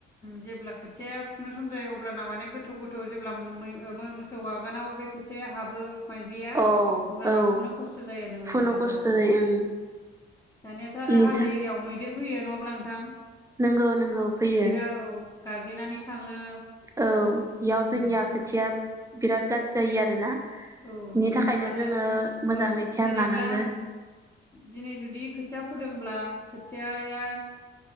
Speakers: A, on the left (about 20°); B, on the right (about 15°).
A: जेब्ला खोथिया फुनो सम जायो अब्लाना माने गोथौ गोथौ जेब्लाै मोसौ आगोना बे खोथियाया हाबो माइज्लिया
B: औ
A: अब्ला
B: औ
A: ना फुनो खस्थ' जायो नोंथां
B: खुनु खस्थ'यै
A: औ
B: ओं
A: दानियाथ' आरो
B: इनि
A: हाजो
B: था
A: एरियाव मैदेर फैयो नङाब्ला नोंथां
B: नंगौ नंगौ फैयो
A: मैदेरा औ गाग्लिनानै थाङो।
B: औ बेयाव
A: उम
B: जोंनि आ खोथिया बिराद गाज्रि जायो आरोना।
A: औ
B: बिनि
A: नंगौ नोंथां
B: थाखायनो
A: आरो
B: जोङो मोजाङै
A: औ
B: धियान
A: जेनेब्ला
B: लानांगो
A: दिनै जुदि खोथिया फोदों अब्ला खोथियाया